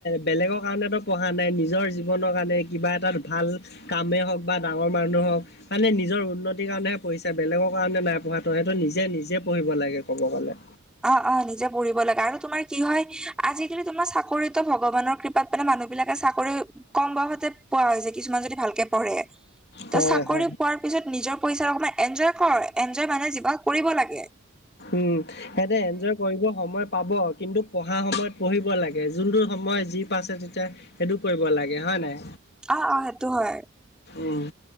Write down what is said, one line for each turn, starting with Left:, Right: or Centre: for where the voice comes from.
Left: বেলেগৰ কাৰণেতো পঢ়া নাই নিজৰ জীৱনৰ কাৰণে কিবা এটা ভাল কামে হওঁক বা ডাঙৰ মানুহ হওঁক। মানে নিজৰ উন্নতিৰ কাৰণেহে পঢ়িছে বেলেগৰ কাৰণে নাই পঢ়াটো সেইটো নিজে নিজে পঢ়িব লাগে ক'ব গ'লে।
Centre: অ' অ' নিজে পঢ়িব লাগে আৰু তোমাৰ কি হয় আজিকালি তোমাৰ চাকৰিতো ভগৱানৰ কৃপ পাত মানে মানুহবিলাকে চাকৰি কম বয়সতে পোৱা হৈছে কিছুমান যদি ভালকে পঢ়ে।
Left: হয়
Centre: ত চাকৰি
Left: হয়
Centre: পোৱাৰ পিছত নিজৰ পইচা অকমান এনজয় কৰ এনজয় মানে জীৱনত কৰিব লাগে।
Left: উম, সেহেঁতে এনজয় কৰিব সময় পাব কিন্তু পঢ়া সময়ত পঢ়িব লাগে যোনটো সময় যি পাইছে তেতিয়া। সেইটো কৰিব লাগে হয় নাই।
Centre: অ' অ' সেইটো হয়।
Left: উম।